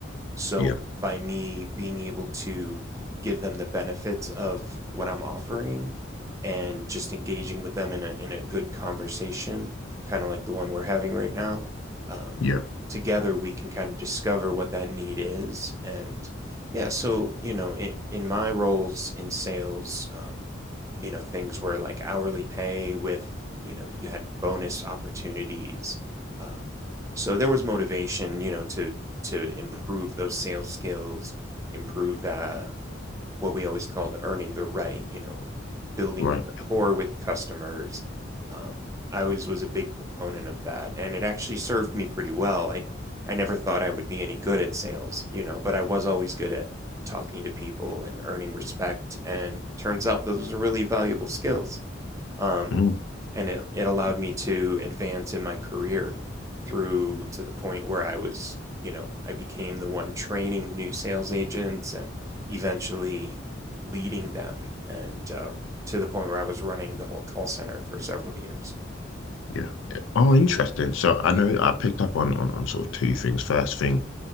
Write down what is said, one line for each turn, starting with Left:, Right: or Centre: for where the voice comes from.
Right: So
Left: Yeah,
Right: by me being able to give them the benefits of what I'm offering and just engaging with them in a in a good conversation, kind of like the one we're having right now, um,
Left: yeah,
Right: together we can kind of discover what that need is. And yeah, so you know, in, in my roles in sales, um, you know, things were like hourly pay with you know you had bonus opportunities. Um, so there was motivation, you know, to to improve those sales skills, improve the what we always called earning the right, you know, building
Left: right.
Right: the rapport with customers. Um, I always was a big proponent of that, and it actually served me pretty well. I I never thought I would be any good at sales, you know, but I was always good at talking to people and earning respect. And turns out those are really valuable skills um,
Left: Mm.
Right: and it it allowed me to advance in my career through to the point where I was, you know, I became the one training new sales agents and eventually leading them, and uh, to the point where I was running the whole call center for several years.
Left: Yeah. Oh, interesting. So
Right: <clears throat>
Left: I
Right: Yeah.
Left: know I picked up on, on on sort of two things. First thing,